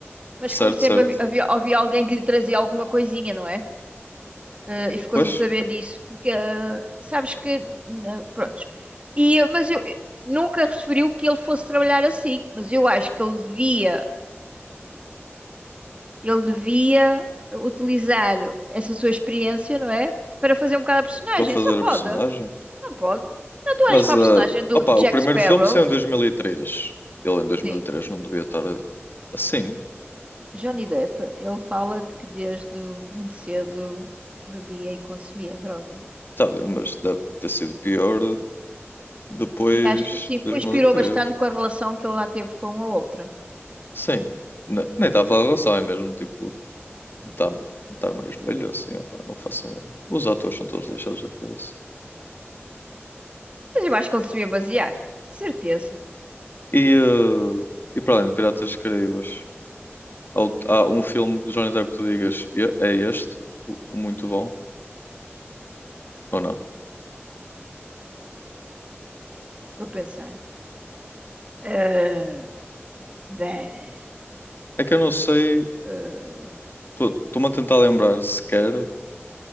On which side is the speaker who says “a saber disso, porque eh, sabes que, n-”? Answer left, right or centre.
Right